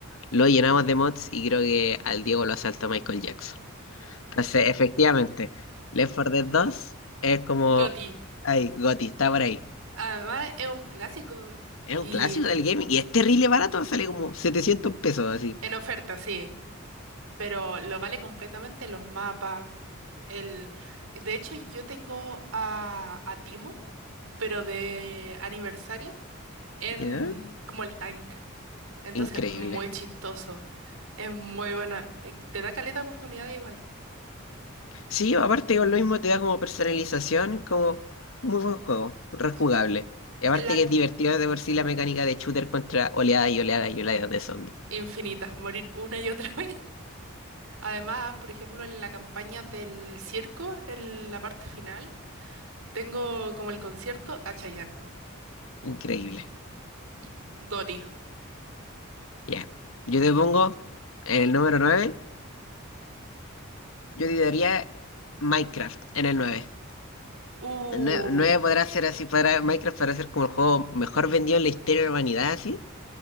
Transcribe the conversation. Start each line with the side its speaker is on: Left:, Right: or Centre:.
Left: lo llenamos de mods y creo que al Diego lo asaltó Michael Jackson. Entonces, efectivamente, Left 4 Dead 2 es como...
Right: Goti.
Left: Ay, Goti, está por ahí.
Right: Además es un clásico
Left: Es
Right: y
Left: un clásico del gaming y es terrible barato, sale como 700 pesos así.
Right: en oferta, sí. Pero lo vale completamente los mapas. El... De hecho, yo tengo a, a Timo, pero de aniversario, en
Left: ¿Ya?
Right: como el tank. Entonces,
Left: Increíble.
Right: muy chistoso. Es muy buena. Eh, Te da caleta de oportunidades igual.
Left: Sí, aparte con lo mismo te da como personalización, como muy buen juego, rejugable.
Right: Sí.
Left: Y aparte
Right: La
Left: que es divertido de por sí la mecánica de shooter contra oleadas y oleadas y oleadas de zombies.
Right: infinita, morir una y otra <laughs> vez. Además, por ejemplo, en la campaña del circo, en la parte final, tengo como el concierto a Chayanne.
Left: Increíble.
Right: Y- Goti.
Left: Ya. Yo te pongo en el número nueve yo te daría Minecraft en el nueve
Right: Uh,
Left: El 9 podrá ser así, para Minecraft podrá ser como el juego mejor vendido en la historia de la humanidad, así,